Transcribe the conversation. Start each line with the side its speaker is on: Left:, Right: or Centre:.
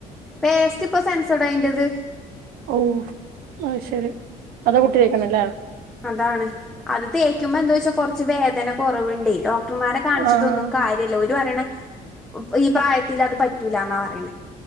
Centre: പേസ്റ്റ് ഇപ്പൊ സെൻസോഡയ്ൻ്റേത്
Right: മം അത്ശരി അതാ കുട്ടി തെക്കണേ അല്ലേ
Centre: അതാണ് അത് തേക്കുമ്പോ എന്താവെച്ചാ കുറച്ച് വേദന കുറവുണ്ടേ ഡോക് ഡോക്ടർമാരെ കാണിച്ചിട്ടൊന്നും
Right: ആഹ്
Centre: കാര്യവില്ല ഓര് പറയണേ ഈ പ്രായത്തില് അത് പറ്റൂലന്നാ പറയണേ